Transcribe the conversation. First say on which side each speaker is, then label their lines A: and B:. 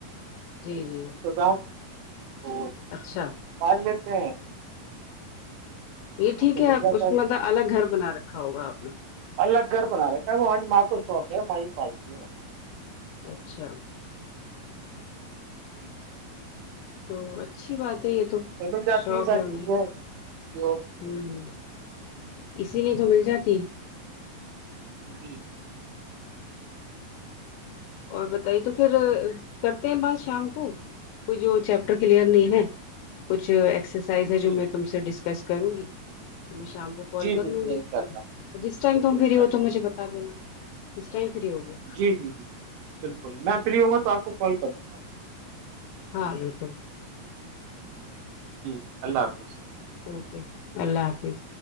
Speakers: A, on the right; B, on the left.
A: <unintelligible>
B: جی جی
A: انتظام تو <unintelligible>
B: اچھا
A: پال لیتے ہیں
B: یہ
A: اس
B: ٹھیک
A: میں مل
B: ہے
A: جاتا
B: اس میںلب
A: سب کچھ
B: الگ گھر بنا رکھا ہوگا آپ نے <unintelligible>
A: الگ گھر بنا رہے ہے وہج ماں کو شوق ہے میںاں ہی پالتی ہ <unintelligible>
B: اچھا
A: جی ج جی <inaudible>
B: تو اچھی بات ہے یہ تو
A: میں مل جاتی
B: شوق
A: ساری
B: ہے انہیں
A: چیزیں
B: <unintelligible>
A: پیور
B: ہوں ہ اسی لیے تو مل جاتی <unintelligible>
A: جی
B: اور بتائیے تو پھر کرتے ہیں بات شام کو کچ جو چیپٹر کلیئر نہیں ہے کچھ <unintelligible> ایکسرسائز ہے جو
A: جی
B: میں تم سے ڈسکس کروں گی میں شام کو کال
A: جی
B: کر
A: بالکل
B: لوں گی
A: ان شاء اللہ
B: جس ٹائم
A: بالکل
B: تم
A: ان
B: فری
A: شاء
B: ہو
A: اللہ
B: تو مجھے بتا دینا کس ٹائم فری ہو گئے
A: جی جی جی بالکل میں فری ہوں گا تو آپ کو کال کرتاوں <unintelligible>
B: ہاں بالکلک
A: جی اللہ حافظ
B: اوکے اللہ حافظ